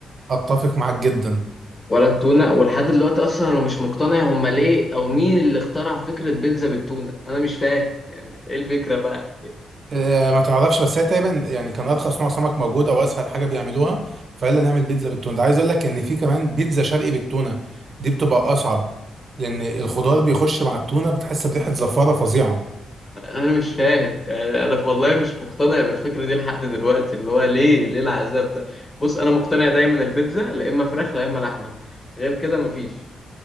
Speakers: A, on the right; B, on the left.
A: أتفق معاك جدا
B: ولا التونة ولحد دلوقتي أصلا أنا مش مقتنع هما ليه أو مين اللي اخترع فكرة بيتزا بالتونة أنا مش فاهم يعني إيه الفكرة بقى
A: آه، ما تعرفش بس هي تقريبا يعني كان ارخص نوع سمك موجود او اسهل حاجه بيعملوها فيلا نعمل بيتزا بالتونه ده عايز اقول لك ان في كمان بيتزا شرقي بالتونه دي بتبقى اصعب لان الخضار بيخش مع التونه بتحس بريحه زفاره فظيعه
B: انا مش فاهم يعني انا والله مش مقتنع بالفكره دي لحد دلوقتي اللي هو ليه ليه العذاب ده بص انا مقتنع دايما البيتزا لا اما فراخ لا اما لحمه غير كده مفيش